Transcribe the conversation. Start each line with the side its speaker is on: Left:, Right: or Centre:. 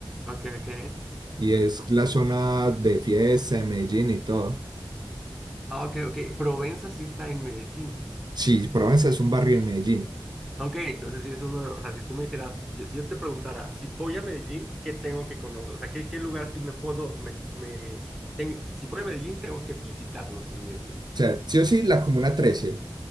Centre: Ok, ok.
Right: y es la zona de fiesta de Medellín y todo.
Centre: Ah, ok, ok. Provenza sí está en Medellín.
Right: Sí, Provenza es un barrio en Medellín.
Centre: Ok, entonces sí es uno de, o sea, si tú me dijeras, yo- si yo te preguntara, si voy a Medellín, ¿qué tengo que conocer? O sea, ¿qué, qué lugar sí me puedo, me, me, ten- si voy a Medellín, tengo que visitarlo sin irme?
Right: O sea, sí o sí, la Comuna trece